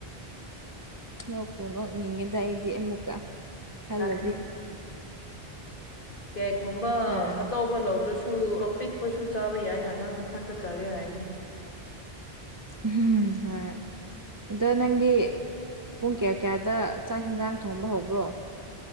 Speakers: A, on the right; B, on the left.
A: ꯅꯣꯛꯄꯨ ꯅꯣꯛ ꯅꯤꯡꯉ‌ꯦꯗ ꯑꯩꯏꯗꯤ ꯑꯃꯨꯛꯀ ꯈꯜꯂꯗꯤ
B: ꯂꯥꯛꯀꯅꯤ ꯀꯔꯤꯒꯨꯝꯕ
A: ꯑꯥ
B: ꯑꯆꯧꯕ ꯂꯧꯗ꯭ꯔꯁꯨ ꯑꯄꯤꯛ ꯄꯁꯨ ꯆꯥꯕ ꯌꯥꯏꯅ ꯅꯪ ꯅꯊꯟꯇ ꯆꯥꯒꯦ ꯍꯥꯏꯗꯤ
A: ꯑꯍꯝ ꯍꯣꯏ ꯑꯗꫭ ꯅꯪꯒꯤ ꯄꯨꯡ ꯀꯌꯥ ꯀꯌꯥꯗ ꯆꯥꯛ ꯌꯦꯟꯁꯥꯡ ꯊꯣꯡꯕ ꯍꯧꯕ꯭ꯔꯣ